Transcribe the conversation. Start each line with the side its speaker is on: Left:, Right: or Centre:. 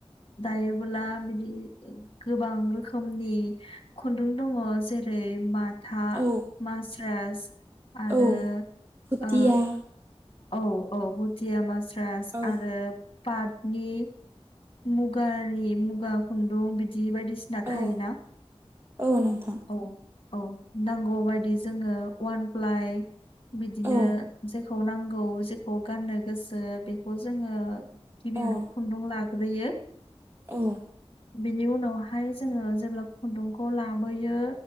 Left: दायोबोला बिदि गोबां रोखोमनि खुन्दुं दङ जेरै माथा
Right: औ
Left: मास्रास आरो
Right: औ फुथिया
Left: ओ औ औ भुदिया माज्रास
Right: औ
Left: आरो पार्टनि मुगानि मुगा खुन्दुं बिदि बायदिसि ना थायोना
Right: औ औ नोंथां
Left: औ औ नांगौ बायदि जोङो वान प्लाइ बिदिनो
Right: औ
Left: जेखौ नांगौ जेखौ गाननो गोसो बेखौ जोङो गिबियावनो
Right: औ
Left: खुन्दुं लाग्रोयो
Right: औ
Left: बिनि उनावहाय जोङो जेब्ला खुन्दुंखौ लाबोयो